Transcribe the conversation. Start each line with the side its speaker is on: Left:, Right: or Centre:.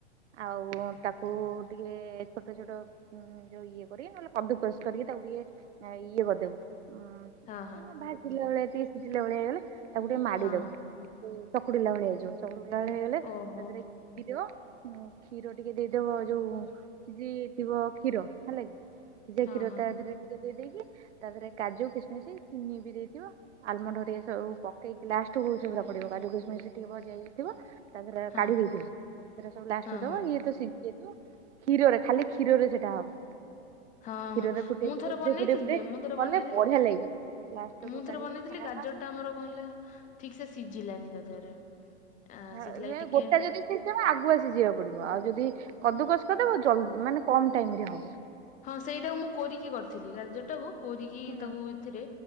Right: ଆଉ ତାକୁ ଟିକେ ଛୋଟ ଛୋଟ ଉ ଯୋଉ ଇଏ କରିବେ ନହେଲେ କଦୁକସ୍ କରିକି ତାକୁ ଟିକେ ଇଏ କରିଦବ ଉ
Left: ହଁ ହଁ
Right: କ ବାସିଲା ଭଳିଆ ସିଝିଲା ଭଳିଆ ହେଇଗଲେ ତାକୁ ଟିକେ ମାଡି
Left: ହଁ
Right: ଦବୁ।
Left: ହଁ ହଁ
Right: ଚକୁଡିଲା ଭଳିଆ ହେଇଯିବ ଚକୁଡିଲା ଭଳିଆ ହେଇଗଲେ
Left: ଓହୋ
Right: ତାତିରେ ଥିବ କ୍ଷୀର ଟିକେ ଦେଇଦବ ଯୋଉ ସିଜି ଥିବ କ୍ଷୀର ହେଲା ସିଜେ
Left: ହଁ
Right: କ୍ଷୀର
Left: ହଁ
Right: ତାଥିରେ ଦେଇ ଦେଇକି ତାଥିରେ କାଜୁ କିସମିଶ ଚିନି ବି ଦେଇଥିବ ଆଲମଣ୍ଡ ହରିକା ସବୁ ପକେଇକି ଲାଷ୍ଟକୁ ସେଗୁଡ଼ା ପଡିବ କାୁଜୁ କିସ୍ ମିସ୍ ଟିକେ ଭଭା ହେଇକି ଥିବ। ତା ଦେରେ
Left: ହଁ
Right: କାଢି ଦେଇଥିବ ସେ ସବୁ ଲାଷ୍ଟ
Left: ହଁ
Right: କୁ ଦବ
Left: ହଁ
Right: ଇଏ ତ ସି ଯେହେତୁ କ୍ଷୀରରେ ଖାଲି କ୍ଷୀରରେ ସେଟା ହବ।
Left: ହଁ
Right: କ୍ଷୀରରେ
Left: ହଁ
Right: ଫୁଟେଇ
Left: ମୁଁ
Right: ଫୁଟେଇ
Left: ଥରେ
Right: ଫୁଟେଇ
Left: ବନେଇଥିଲି
Right: ଫୁଟେଇ ଫୁଟେଇ
Left: ଯ ମୁଁ ଥରେ
Right: କଲେ
Left: ବନେଇଥିଲି
Right: ବଢିଆ ଲାଗିବ। ଲାଷ୍ଟକୁ
Left: ମୁଁ
Right: କାଢିକି
Left: ଥରେ ବନେଇଥିଲି
Right: ଖା
Left: ଗାଜର
Right: ଖା
Left: ଆମର କଣ ହେଲା ଠିକ ସେ ସିଝିଲାନି ତା ଦେହରେ। ଆ
Right: ହ
Left: ସେଥିଲାଗି ଟିକେ
Right: ଗୋଟା ଯଦି ସେ ଆଗକୁ ଆସି ଯିବାକୁ ପଡିବ ଆଉ ଯଦି କଦୁକସ କରିଦବ ଜଲଦି ମାନେ କମ ଟାଇମ ରେ ହବ।
Left: ହଁ ସେଇଟାକୁ ମୁଁ କରିକି କରିଥିଲି ଗାଜରଟାକୁ କରୋିକି
Right: ହୁଁ।
Left: ତାକୁ ଏଥିରେ